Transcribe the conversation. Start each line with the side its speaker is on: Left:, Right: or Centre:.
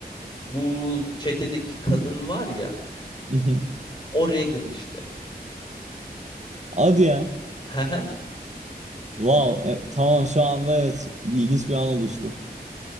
Left: bu çetedeki kadın var ya.
Right: <laughs>
Left: O Regan işte.
Right: hadi ya.
Left: <laughs> Hı hı.
Right: Wow. E, tamam şu anda evet ilginç bir an oluştu.